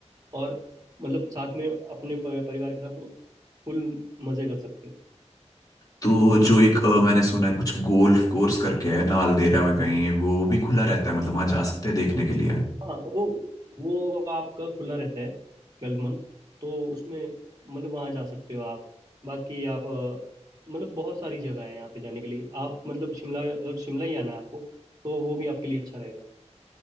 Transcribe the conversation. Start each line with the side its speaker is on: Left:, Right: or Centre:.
Right: और मतलब साथ में अपने प- परिवार के साथ फुल मज़े कर सकते हो
Left: तो जो एक अ, मैंने सुना है कुछ गोल्फ कोर्स करके है नालदेहरा में कहीं वो भी खुला रहता है मतलब वहाँ जा सकते हैं देखने के लिए
Right: हाँ वो वो आपका खुला रहता है ट्वेल्व मंथ्स तो उसमें मतलब वहाँ जा सकते हो आप बाकी आप अ, मतलब बहुत सारी जगह है यहाँ पे जाने के लिए आप मतलब शिमला अगर शिमला ही आना है आपको तो वो भी आपके लिए अच्छा रहेगा